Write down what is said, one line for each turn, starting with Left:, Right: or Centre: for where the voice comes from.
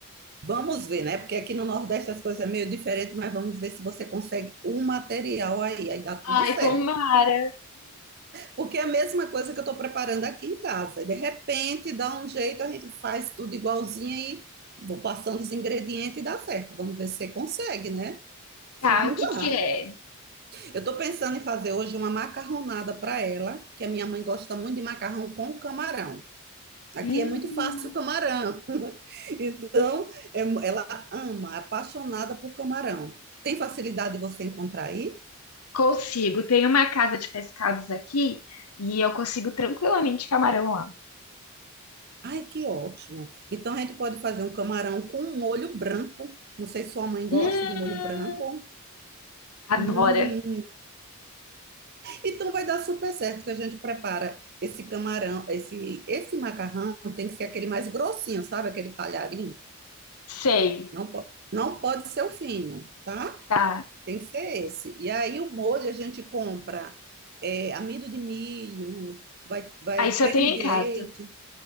Right: vamos ver, né? Porque aqui no Nordeste as coisas é meio diferente, mas vamos ver se você consegue o material aí, aí dá tudo
Left: Ai,
Right: certo.
Left: tomara.
Right: Porque é a mesma coisa que eu estou preparando aqui em casa. E de repente dá um jeito, a gente faz tudo igualzinho e vou passando os ingredientes e dá certo. Vamos ver se você consegue, né?
Left: Tá,
Right: Vamos
Left: o que
Right: lá.
Left: que é?
Right: Eu estou pensando em fazer hoje uma macarronada para ela, que a minha mãe gosta muito de macarrão com camarão. Aqui
Left: Hum.
Right: é muito fácil o camarão. <laughs> Então, é- ela ama, é apaixonada por camarão. Tem facilidade de você encontrar aí?
Left: Consigo. Tem uma casa de pescados aqui e eu consigo tranquilamente camarão lá.
Right: Ai, que ótimo. Então, a gente pode fazer um camarão com um molho branco. Não sei se sua mãe gosta
Left: Hum,
Right: de molho branco.
Left: Adora.
Right: Hum, então vai dar super certo que a gente prepara esse camarão, esse esse macarrão tem que ser aquele mais grossinho, sabe? Aquele talharinho
Left: Sei,
Right: Não, po- não pode ser o fino, tá?
Left: tá.
Right: Tem que ser esse. E aí o molho a gente compra é, amido de milho, vai, vai
Left: Aí só
Right: creme
Left: tenho
Right: de
Left: em casa.
Right: leite,